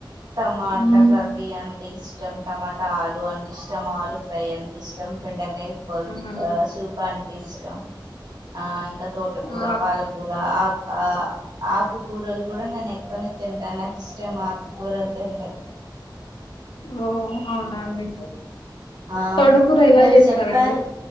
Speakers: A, on the right; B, on the left.
A: టమాటా
B: హ్మ్.
A: కర్రీ అం టే ఇష్టం టమాటా ఆలు అంటే ఇష్టం ఆలు ఫ్రై అంటే ఇష్టం బెండ ఇ
B: హ్మ్.
A: సూపంటే ఇష్టం ఆ ఇంకా తోటకూరా
B: ఆ!
A: పాలకూరా ఆక్ ఆ ఆకుకూరలు కూడా నేను ఎక్కువనే తింటాను నాకు ఇష్టం ఆకుకూరలు తింటే
B: ఓ అవునాండి
A: ఆ
B: తోటకూర ఎలా
A: మీరు
B: చేస్తారండి
A: చెప్పారు